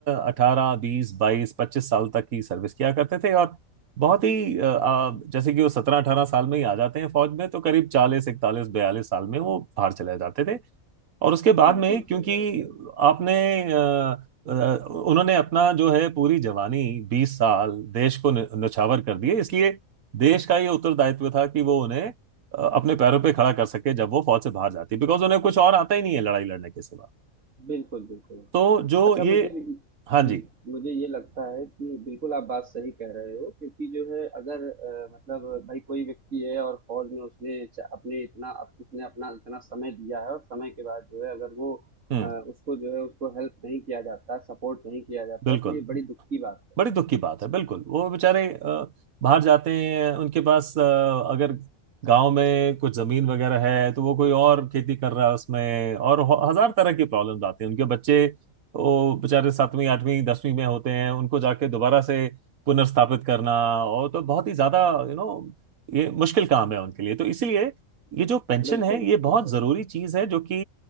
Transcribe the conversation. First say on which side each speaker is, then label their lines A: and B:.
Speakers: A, on the right; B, on the right.
A: अठारह बीस बाईस पच्चीस साल तक की सर्विस किया करते थे और बहुत ही अ, अ, जैसे कि वो सत्रह अठारह साल में ही आ जाते हैं फौज में तो करीब चालीस इकतालीस बयालीस साल में वो बाहर चले जाते थे और उसके बाद
B: बिल्कुल
A: में क्योंकि
B: सही बात सर।
A: आपने अ, अ, उन्होंने अपना जो है पूरी जवानी बीस साल देश को न- न्योछावर कर दिए इसलिए देश का ये उत्तरदायित्व था कि वो उन्हें अ, अपने पैरों पे खड़ा कर सके जब वो फौज से बाहर जाती बिकॉज उन्हें कुछ और आता ही नहीं है लड़ाई लड़ने के सिवा
B: बिल्कुल, बिल्कुल।
A: तो जो
B: अच्छा
A: ये
B: मुझे भी
A: हाँ
B: जी,
A: जी
B: मुझे ये लगता है कि बिल्कुल आप बात सही कह रहे हो क्योंकि जो है अगर अ, मतलब भाई कोई व्यक्ति है और फ़ौज में उसने च अपने इतना अप उसने अपना इतना समय दिया है और समय के बाद जो है अगर वो
A: हम्म
B: अ, उसको जो है उसको हेल्प नहीं किया जाता है, सपोर्ट नहीं किया जाता
A: बिल्कुल
B: है तो ये बड़ी दुःख की बात
A: बड़ी दुख की बात है बिल्कुल वो बेचारे अ, बाहर जाते हैं उनके पास अ, अगर गांव में कुछ जमीन वगैरह है तो वो कोई और खेती कर रहा है उसमें और ह- हजार तरह की प्रॉब्लम्स आती हैं उनके बच्चे वो बेचारे सातवीं आठवीं दसवीं में होते हैं उनको जाके दोबारा से पुनर्स्थापित करना और तो बहुत ही ज्यादा यू नो ये मुश्किल काम है उनके लिए तो इसीलिए ये जो पेंशन
B: है। बिल्कुल,
A: है ये
B: बिल्कुल
A: बहुत
B: सर।
A: जरूरी चीज है जो कि